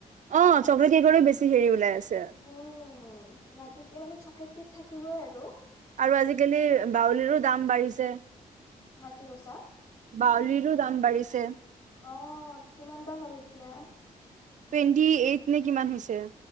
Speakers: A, on the right (about 50°); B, on the left (about 25°).
A: অ' চকলেট কেকৰে বেছি হেৰি ওলাই আছে।
B: উম, বাকীতকে মানে চকলেট কেক থাকিবই আৰু।
A: আৰু আজিকালি বাউলিৰো দাম বাৰিছে।
B: হা কি কৈছা?
A: বউলিটো দাম বাঢ়িছে।
B: অ', কিমান বা হ'ল এতিয়া?
A: টুৱেণ্টি এইট নে কিমান হৈছে?